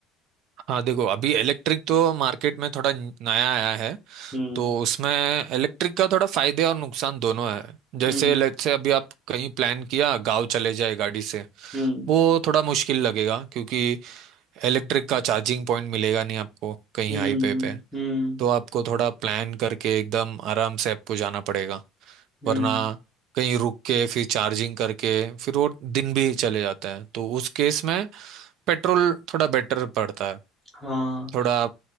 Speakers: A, on the right; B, in the centre.
A: हाँ देखो अभी इलेक्ट्रिक तो मार्केट में थोड़ा नया आया है
B: हम्म
A: तो उसमें इलेक्ट्रिक का थोड़ा फायदे और नुकसान दोनों है जैसे
B: हम्म
A: लेट से अभी आप कहीं प्लान किया गांव चले जाए गाड़ी से
B: हम्म
A: वो थोड़ा मुश्किल लगेगा क्योंकि इलेक्ट्रिक का चार्जिंग पॉइंट मिलेगा नहीं आपको कहीं
B: हम्म
A: हाईवे पे
B: हम्म
A: तो आपको थोड़ा प्लान करके एकदम आराम से आपको जाना पड़ेगा
B: हम्म
A: वरना कहीं रुक के फिर चार्जिंग करके फिर वो दिन भी चले जाता है तो उस केस में पेट्रोल थोड़ा बेटर पड़ता है
B: हाँ
A: थोड़ा आप